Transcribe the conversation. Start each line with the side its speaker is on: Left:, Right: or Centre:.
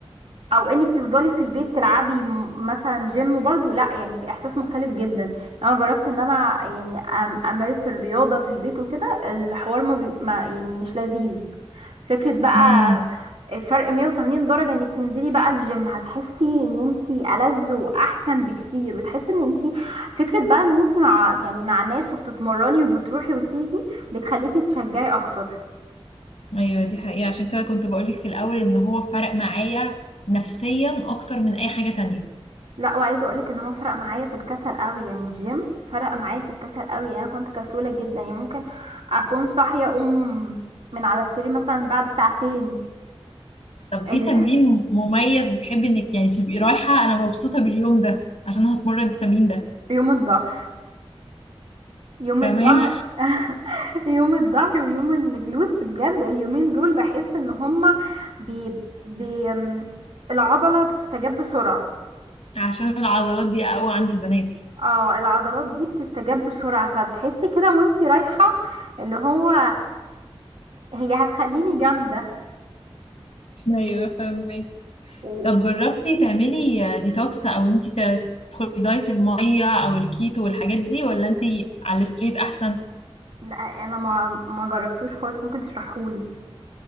Right: او انك تفضلي في البيت تلعبي م- مثلا جيم برضو لا يعني في احساس مختلف جدا يعني انا جربت ان انا يعني أم- امارس الرياضة في البيت وكده الحوار ما, بي... ما يعني مش لذيذ فكرة بقى
Left: امم
Right: فرق 180 درجة انك تنزلي بقى الجيم هتحسي ان انتي ألذ واحسن بكتير وتحسي ان انتي فكرة بقى ان انتي مع يعني مع ناس وبتتمرني وبتروحي وتيجي بتخليكي تشجعي اكتر
Left: ايوه دي حقيقة عشان كده كنت بقولك في الأول ان هو فرق معايا نفسيا اكتر من اي حاجة تانية
Right: لا وعايزه اقولك ان هو فرق معايا في الكسل قوي يعني الجيم فرق معايا في الكسل قوي يعني انا كنت كسوله جدا يعني ممكن اكون صاحيه اقوم من على السرير مثلا بعد ساعتين
Left: طب
Right: الج...
Left: في تمرين مميز بتحبي انك يعني تبقي رايحة انا مبسوطة باليوم ده عشان هتمرن التمرين ده
Right: يوم الظهر يوم
Left: تمام
Right: الظهر <laughs> يوم الظهر ويوم الجلوتس بجد اليومين دول بحس ان هما بي... بي... ام العضله بتستجاب بسرعه
Left: <laughs> عشان العضلات دي اقوى عند البنات
Right: اه العضلات دي بتستجاب بسرعه فبتحسي كده وانتي رايحه اللي هو هي هتخليني جامده
Left: ايوه فاهمك
Right: و...
Left: طب جربتي تعملي ديتوكس او انتي ت- تدخلي في دايت المية او الكيتو والحاجات دي ولا انتي على الستريت احسن
Right: لا انا ما ما جربتوش خالص ممكن تشرحهولي